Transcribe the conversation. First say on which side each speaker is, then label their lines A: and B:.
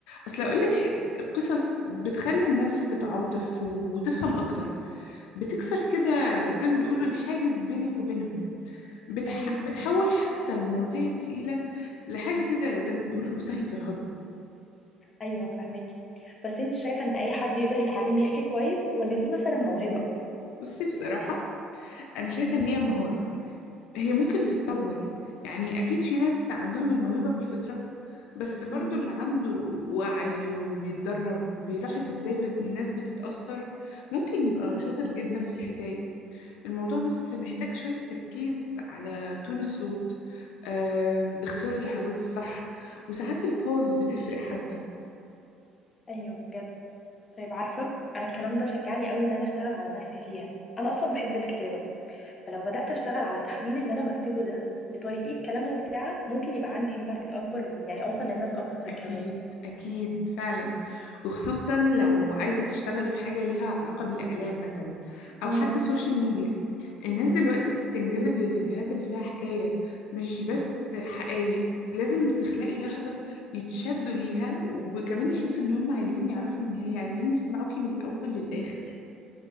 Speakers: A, on the left; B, on the left.
A: أصل أقولك حاجة القصص بتخلي الناس تتعاطف
B: مم.
A: وتفهم أكتر بتكسر كده زي ما بيقولوا الحاجز بينك وبينهم بتح...
B: ايوه
A: بتحول حتى المواضيع التقيلة لحاجة كده زي ما بيقولوا سهلة الهضم
B: ايوه فهماكي بس انت شايفة ان اي حد يقدر يتعلم يحكي كويس ولا دي مثلا موهبة
A: بصي بصراحة أنا شايفة إن هي مهارة هي ممكن تتطور يعني أكيد في ناس عندهم الموهبة بالفطرة بس برضو
B: امم
A: اللي عنده وعي وبيتدرب وبيلاحظ إزاي بت- الناس بتتأثر ممكن يبقى شاطر جدا في الحكاية الموضوع بس محتاج شوية تركيز على تون الصوت آم، اختيار اللحظات الصح وساعات البوز بتفرق حتى
B: ايوه بجد طيب عارفة انا الكلام ده شجعني قوي ان انا اشتغل على نفسي فيها انا اصلا بحب الكتابة فلو بدأت أشتغل على تحويل اللي أنا بكتبه ده لطريقة كلام ممتعة ممكن يبقى عندي إمباكت أكبر ويعني أوصل للناس أكتر
A: أكيد
B: كمان
A: أكيد فعلا وخصوصا لو عايزة تشتغلي في حاجة ليها علاقة بالإعلام مثلا أو
B: مم.
A: حتى السوشيال ميديا الناس دلوقتي بتنجذب للفيديوهات اللي فيها حكاية مش بس حقايق لازم تخلقي لحظة يتشدوا ليها وكمان يحسوا إن هم عايزين يعرفوا النهاية عايزين يسمعوكي من الأول للآخر